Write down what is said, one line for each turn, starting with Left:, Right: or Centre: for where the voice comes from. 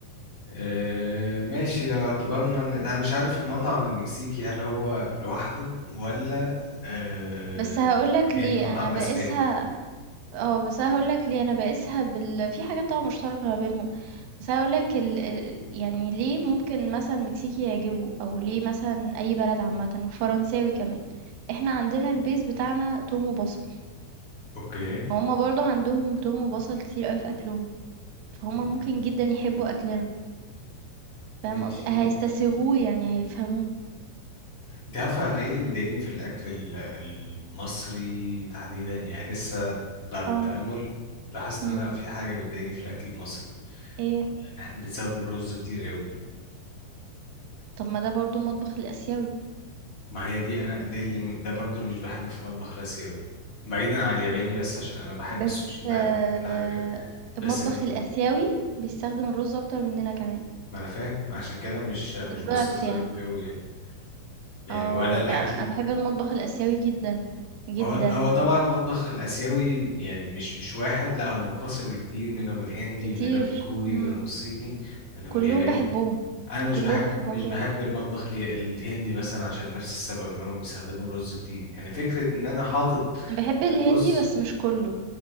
Left: آه، ماشي لو اعتبرنا ان انا مش عارف المطعم المكسيكي هل هو لوحده ولا آه،
Right: بس هاقول لك
Left: جاي
Right: ليه،
Left: من المطعم
Right: أنا
Left: الاسباني
Right: باقيسها آه، بس أنا هاقول لك ليه، أنا باقيسها بال في حاجات طبعًا مشتركة ما بينهم، بس أنا هاقول لك ال ال يعني ليه ممكن مثلًا المكسيكي يعجبه أو ليه مثلًا أي بلد عامةً والفرنساوي كمان، إحنا عندنا الbase بتاعنا توم وبصل،
Left: اوكي
Right: وهُم برضه عندهم توم وبصل كتير أوي في أكلهم، فهُم
Left: مم.
Right: ممكن جدًا يحبوا أكلنا، فاهم
Left: ماشي
Right: قصدي؟ هيستسيغوه يعني هيفهموه.
Left: انت عارفه انا ايه اللي بيضايقني في الاكل ال- المصري تحديدا يعني لسه بعد التامل
Right: آه،
Left: لاحظت
Right: إمم،
Left: ان انا في حاجه بتضايقني في الاكل المصري
Right: إيه؟
Left: ان احنا بنستخدم رز كتير قوي
Right: طب ما ده برضه المطبخ الآسيوي،
Left: ما هي دي انا دي اللي ده برضو اللي مش بحبه في المطبخ الاسيوي بعيدا عن الياباني بس عشان انا بحب
Right: بس
Left: السوشي بحب
Right: آه،
Left: كل حاجه
Right: المطبخ
Left: بس ال-
Right: الآسيوي بيستخدم الرز أكتر مننا كمان.
Left: ما انا فاهم عشان كده مش مش
Right: الضعف
Left: بستظهر
Right: يعني
Left: قوي يعني يعني
Right: اه
Left: ولا الاكل
Right: لا انا بحب المطبخ الاسيوي جدا جدا
Left: هو هو طبعا المطبخ الآسيوي يعني مش مش واحد لا هو منقسم لكتير منهم الهندي
Right: كتير
Left: ومنهم الكوري
Right: مم.
Left: ومنهم الصيني ومنهم
Right: كلهم
Left: الياباني
Right: بحبهم
Left: أنا مش
Right: كلهم
Left: بحب
Right: بحبهم
Left: مش
Right: بجد
Left: بحب المطبخ الي- الهندي مثلا عشان نفس السبب إن هما بيستخدموا الرز كتير يعني فكرة إن أنا حاطط
Right: انا بحب الهندي
Left: الرز
Right: بس مش كله